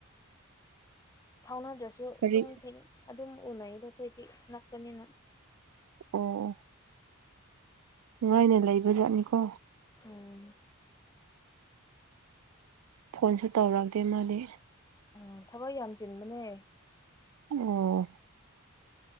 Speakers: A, on the left; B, on the right.
A: ꯐꯥꯎꯅꯗ꯭ꯔꯁꯨ
B: ꯀꯔꯤ
A: ꯑꯗꯨꯝ ꯊꯦꯡ ꯑꯗꯨꯝ ꯎꯅꯩꯗ ꯑꯈꯣꯏꯗꯤ ꯅꯛꯄꯅꯤꯅ
B: ꯑꯣ ꯅꯨꯡꯉꯥꯏꯅ ꯂꯩꯕ ꯖꯥꯠꯅꯤꯀꯣ
A: ꯎꯝ
B: ꯐꯣꯟꯁꯨ ꯇꯧꯔꯛꯇ‌ꯦ ꯃꯥꯗꯤ
A: ꯑꫭ ꯊꯕꯛ ꯌꯥꯝ ꯆꯤꯟꯕꯅꯦ
B: ꯑꯣ